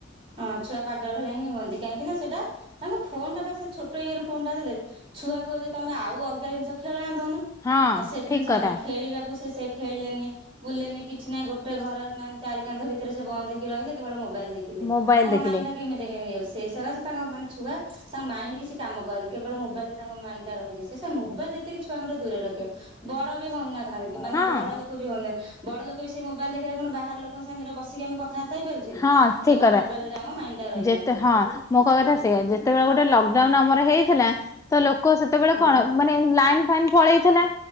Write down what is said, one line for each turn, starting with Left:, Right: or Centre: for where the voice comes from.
Right: ହଁ ଛୁଆ ପାଗଳ ଭଳିଆ ହିଁ ହୁଅନ୍ତି, କାହିଁକିନା ସେଟା ତାଙ୍କ ଫୋନ ଟା ବା ସେ ଛୋଟ ଇଏ ର ଫୋନ୍ ଟା ଦେଲେ। ଛୁଆଙ୍କୁ ଯଦି ତମେ ଆଉ ଅଲଗା ଜିନିଷ ଖେଳନା ଦଉନ,
Left: ହଁ
Right: ନା ସେ
Left: ଠିକ
Right: ଜିନିଷ
Left: କଥା
Right: ମାନେ ଖେଳିବାକୁ ସେ ସେ ଖେଳିଲେନି ବୁଲଲେନି କିଛି ନାଇଁ, ଗୋଟେ ଘର ମାନେ ଚାରି କାନ୍ଥ ଭିତରେ ସେ ବନ୍ଦ ହେଇକି ରହିଲେ, କେବଳ ମୋବାଇଲ ଦେଖି ଥିଲେ,
Left: ମୋବାଇଲ
Right: ତାଙ୍କ
Left: ଦେଖିଲେ
Right: ମାଇଣ୍ଡଟା କେମିତି ହେଇଯାଉଚି ସେଇ ସକାଶେ ତାଙ୍କ ମାନେ ଛୁଆ ତାଙ୍କ ମାଇଣ୍ଡ କିଛି କାମ କରେନି କେବଳ ମୋବାଇଲ ରେ ତାଙ୍କ ମାଇଣ୍ଡ ଟା ରହିଯାଏ। ସେ ସେ ମୋବାଇଲ ଯେତିକି ଛୁଆଙ୍କଠୁ ଦୂରରେ ରଖିବ। ବଡ ବି ହଉନା କାହିଁକି, ମାନେ
Left: ହଁ
Right: ବଡ ଲୋକ ବି ହଉନେ ବଡ ଲୋକ ବି ସେ ମୋବାଇଲ ଦେଖିଲା କଣ ଆଉ ବାହାର ଲୋକଙ୍କ ସାଙ୍ଗରେ ବସିକି ଆମେ କଥା ବାର୍ତ୍ତା ହେଇ ପାରୁଛେ କି
Left: ହଁ ଠିକ
Right: କେବଳ
Left: କଥା
Right: ମୋ ରେ ଆମ ମାଇଣ୍ଡ ଟା ରହିଲା।
Left: ଯେତେ ହଁ ମୋ କହିବା କଥା ସେଇଆ, ଯେତେବେଳେ ଗୋଟେ ଲକଡାଉନ ଆମର ହେଇଥିଲା ତ ଲୋକ ସେତେବେଳେ
Right: ହଁ ହଁ
Left: କଣ ମାନେ ଲାଇନ୍ ଫାଇନ୍ ପଳେଇଥିଲା